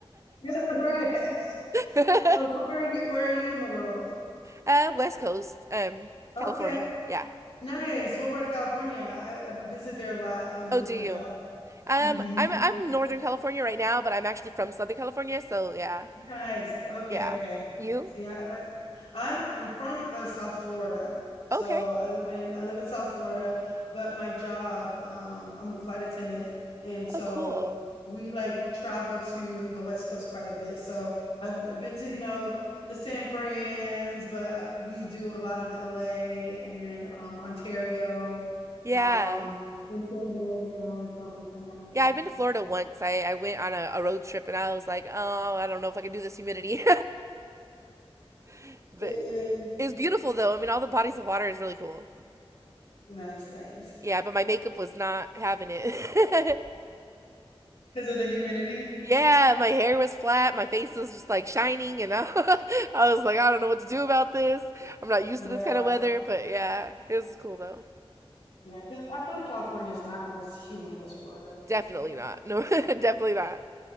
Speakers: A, on the left; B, on the right.
A: Yeah, <laughs> right. Yes.
B: <laughs>
A: Oh, so where are you? Where are you in the world?
B: Uh, West Coast, um,
A: Okay,
B: California. Yeah.
A: nice. What part of California? I, I visit there a lot um
B: Oh,
A: with
B: do
A: my
B: you?
A: job.
B: Um,
A: Mm-hmm.
B: I'm I'm Northern California right now, but I'm actually from Southern California, so yeah,
A: Nice. Okay,
B: yeah.
A: okay.
B: You?
A: See, I like I'm I'm from uh, South Florida. So
B: Okay.
A: I live in I live in South Florida, but my job, um, I'm a flight attendant, and so
B: Oh, cool.
A: we like travel to the West Coast quite a bit. So I've been to, you know, the San Fran's, but uh, we do a lot of LA and um, Ontario,
B: Yeah,
A: um, and San Diego and stuff like that.
B: yeah. I've
A: So
B: been to Florida once. I I went on a, a road trip, and I was like, oh, I don't know if I can do this humidity, <laughs> but
A: it is
B: it's beautiful though. I mean, all the bodies of water is really cool.
A: nice, nice.
B: Yeah, but my makeup was not having it. <laughs>
A: because of the humidity.
B: Yeah, my hair was flat, my face was just like shining, and I, <laughs> I was like, I don't know what to do about this. I'm not used
A: Yeah,
B: to this kind of weather, but yeah, it was cool though.
A: yeah. Because I feel like California is not as humid as Florida,
B: Definitely
A: right?
B: not. No, <laughs> definitely not.